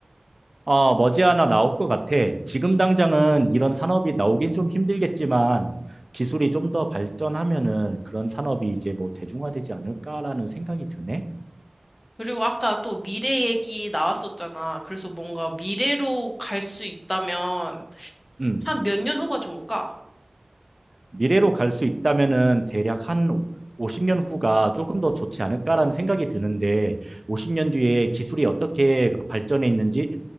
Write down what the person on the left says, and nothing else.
그리고 아까 또 미래 얘기 나왔었잖아. 그래서 뭔가 미래로 갈 수 있다면
한 몇 년 후가 좋을까?